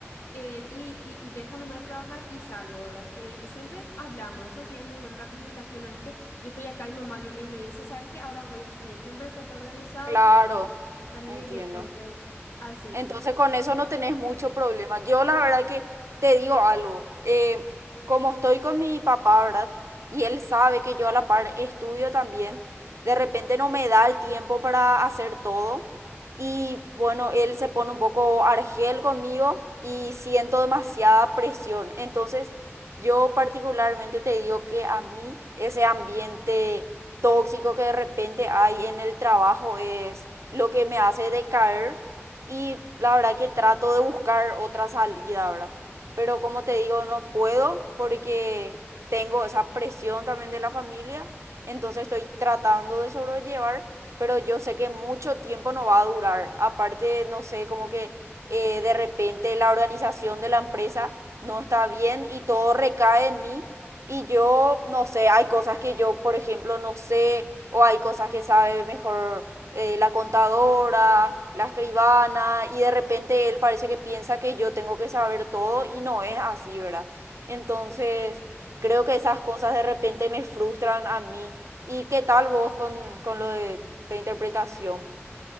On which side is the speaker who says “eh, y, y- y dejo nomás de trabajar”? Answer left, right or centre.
Left